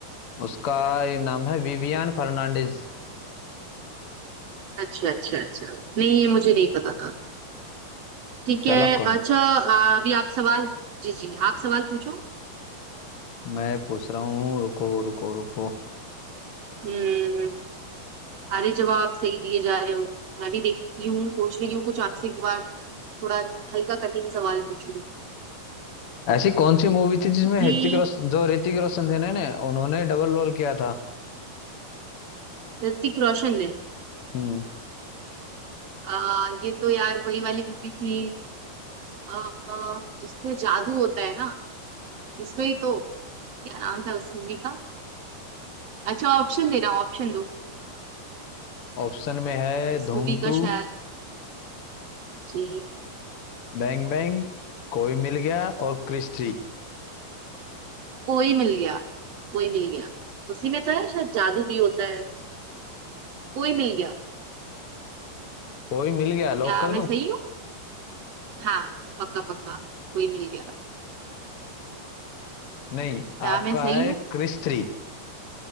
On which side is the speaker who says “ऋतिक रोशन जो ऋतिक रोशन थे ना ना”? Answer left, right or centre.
Left